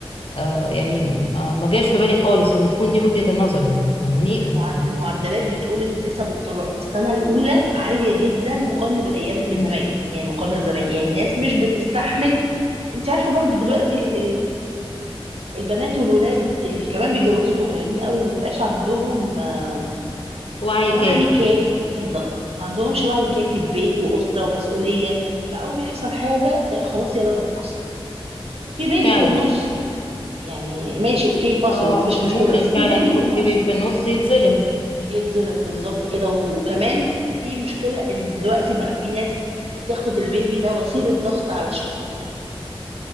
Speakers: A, on the left; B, on the right.
A: آه يعني ما ما جاش في بالي خالص ان تكون دي وجهة النظر يعني فاهماني
B: اصل
A: ان
B: المعد- المعدلات بتقول ان نسب الطلاق في السنة الاولى عالية جدا مقارنة بالايام بزمان
A: مم.
B: يعني مقارنة بزمان يعني ناس مش بتستحمل انت عارفة برضو دلوقتي البنات والولاد اللي كمان بيتجوزوا صغيرين قوي ما بيبقاش عندهم آه،
A: وعي
B: وعي
A: كافي
B: كافي بالظبط ما عندهمش وعي كافي ببيت واسره ومسؤوليه فاول ما يحصل حاجه آه، خلاص يلا انا انفصل ففي بيبي
A: فعلا
B: في النص يعني ماشي اوكي فاصل
A: اه
B: ومفيش مشكله
A: وممكن
B: بس في
A: فعلا
B: بيبي
A: يكون
B: في النص
A: في بيبي في النص يتظلم
B: يتظلم بالظبط كده و- وكمان في مشكله ان دلوقتي بقى في ناس بتاخد البيبي ده وسيله ضغط على الشخص التاني